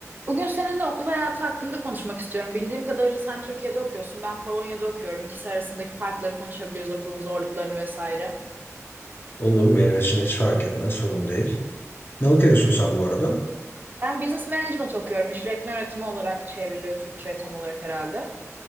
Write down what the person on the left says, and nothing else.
Olur benim için hiç fark etmez. Sorun değil. Ne okuyorsun sen bu arada?